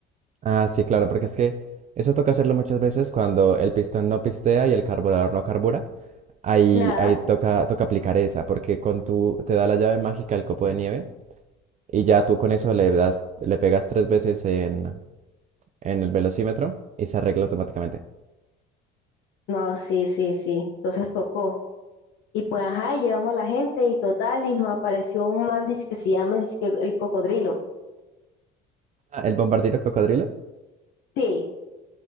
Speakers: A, on the right; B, on the left.
A: Ah, sí, claro, porque es que eso toca hacerlo muchas veces cuando el pistón no pistea y el carburador no carbura. Ahí,
B: Nada,
A: ahí toca, toca aplicar esa, porque con tu, te da la llave mágica el copo de nieve y ya tú con eso le das, le pegas tres veces en, en el velocímetro y se arregla automáticamente.
B: no, sí, sí, sí. Entonces tocó. Y pues, ajá, y llevamos a la gente y total, y nos apareció un man dizque que se llama dizque el cocodrilo.
A: Ah, ¿el bombardero cocodrilo?
B: Sí,